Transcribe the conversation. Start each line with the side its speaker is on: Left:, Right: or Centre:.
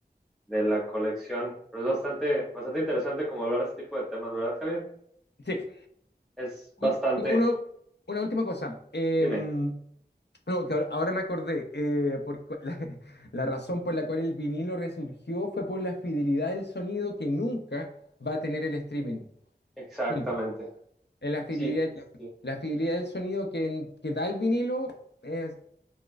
Centre: de la colección, pero es bastante, bastante interesante como hablar este tipo de temas, ¿verdad, Javier?
Left: Sí.
Centre: Es
Left: Oye,
Centre: bastante,
Left: uno- una última cosa. Eh,
Centre: dime.
Left: no, que ahora ahora me acordé, eh, porque <laughs> la, la razón por la cual el vinilo resurgió fue por la fidelidad del sonido que nunca va a tener el streaming.
Centre: Exactamente.
Left: Nunca. Es la fidelidad,
Centre: Sí,
Left: la,
Centre: sí,
Left: la fidelidad del sonido que, que da el vinilo, es,